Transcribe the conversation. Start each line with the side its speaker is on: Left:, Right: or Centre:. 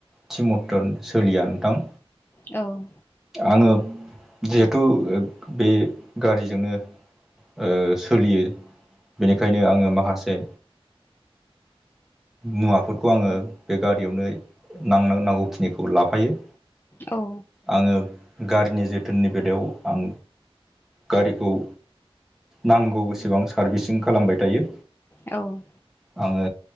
Centre: थि मथन सोलिया नोंथां
Left: औ
Centre: आङो जिहेथु बे गारिजोंनो ओ सोलियो बेनिखायनो आङो माखासे मुवाफोरखौ आङो बे गारियावनो नां नांगौखिनिखौ लाफायो
Left: औ
Centre: आङो गारिनि जोथोननि बेलायाव आं गारिखौ नांगौ सेबां सारभिसिं खालामबाय थायो।
Left: औ
Centre: आङो